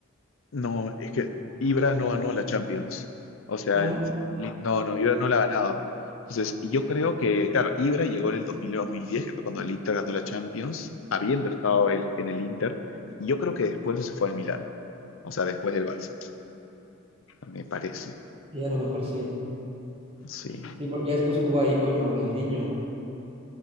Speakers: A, on the left; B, on the right.
A: No, es que Ibra no
B: ¿o no?
A: ganó la Champions. O sea,
B: Ah, ¿no?
A: li- no, no, Ibra no la ha ganado. Entonces, yo creo que, claro, Ibra llegó en el 2009-2010, que fue cuando el Inter ganó la Champions, habiendo estado él en el Inter. Y yo creo que después se fue al Milán. O sea, después del Barça, me parece.
B: Sí, a lo mejor sí.
A: Sí.
B: Sí, porque ya después jugó ahí con Ronaldinho,